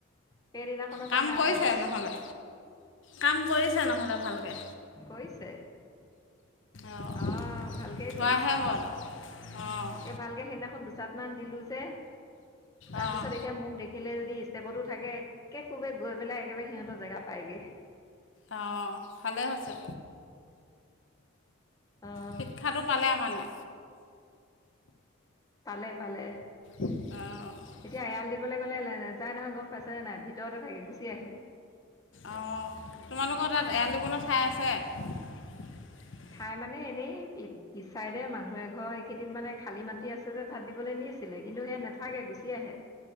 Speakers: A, on the left (about 15°); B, on the left (about 60°).
A: সেইদিনাখনৰ
B: কাম
A: পৰা নাই
B: কৰিছে
A: আৰু
B: নহ'লে। কাম কৰিছে নহ'লে ভালকে।
A: কৰিছে
B: অ',
A: অঁ ভালকেই
B: ধোৱাহে
A: কৰিছে
B: বল আৰু অ'।
A: এই ভালকে সেইদিনাখন দুচাত মান দিলো যে তাৰপিছত
B: অঁ
A: এতিয়া মোক দেখ দেখিলে যদি ষ্টেপতো থাকে একে কোবে গৈ পেলাই একেবাৰে সিহঁতৰ জেগা পায়গে।
B: অ', ভালে হৈছে।
A: অ',
B: শিক্ষাটো পালে মানে
A: পালে পালে।
B: অ'।
A: এতিয়া এৰাল দিবলৈ গ'লে নাযায় নহয় গম পাইছে নে নাই ভিতৰতে থাকে গুচি আহে।
B: অ', তোমালোকৰ তাত এৰাল দিবলৈ ঠাই আছে? <inaudible>
A: ঠাই মানে এনেই পিছ চাইদে মানুহে ঘৰ এইখিনিত মানে খালী মাটি আছে যে তাত দিবলৈ নি ছিলে কিন্তু সেই নাথাকে গুচি আহে।